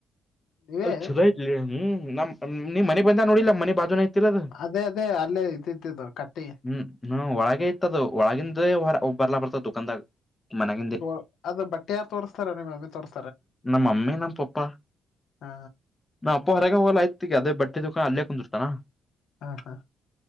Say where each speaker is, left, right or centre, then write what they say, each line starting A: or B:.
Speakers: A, on the left; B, on the left.
A: ನೀವೇ
B: ಅಲ್ಲಿ ಚದಾಯ ಇಲ್ಲ ಹ್ಮ್ ನ್ ನೀಮ್ ಮನೆ ಬಂದ ನೋಡಿಲ್ಲ ಮನೆ ಬಾಜುನ. ಐತಿಲ್ಲ ಅದು
A: ಅದೇ ಅದೇ ಅಲ್ಲೇ ಇದಿದ್ದಿದ್ದು ಕಟ್ಟಿ.
B: ಹ್ಮ್ ಹ್ಮ ಒಳಗ ಇತದ ಒಳಗಿಂದೇ ಹೊ ಬರ್ಲಾ ಬರ್ತದ ದುಕಾದಾಗ ಮನಗಿಂದ.
A: ತೋ ಅದು ಬಟ್ಟೆ ಯಾರ್ ತೋರಿಸಸ್ತಾರ ನಿಮ್ ಅ ತೋರ್.
B: ನಮ್ಮ ಅಮ್ಮಿ ನಮ್ಮ ಪಪ್ಪಾ.
A: ಹ
B: ನಾಪ್ಪ ಹೊರಗೆ ಹೋಗಲ್ಲ ಆಯ್ತಿಗೆ ಅದೇ ಬಟ್ಟೆದುಕಾ ಅಲ್ಲಿಯ ಕುಂದಿರ್ತನಾ.
A: ಹಾ ಹಾ.